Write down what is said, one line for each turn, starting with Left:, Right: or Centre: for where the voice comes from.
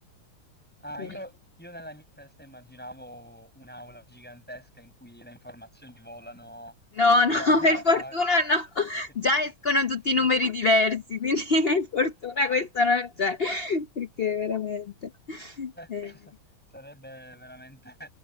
Centre: ah,
Left: Eh,
Centre: io, io nella mia testa immaginavo un'aula gigantesca in cui le informazioni volano
Left: No,
Centre: da
Left: no, <laughs> per fortuna
Centre: a-
Left: no.
Centre: <laughs>
Left: Già escono tutti i numeri diversi, quindi <laughs> per fortuna questo non c'è, perché veramente...
Centre: Certo,
Left: eh,
Centre: sa- sarebbe veramente,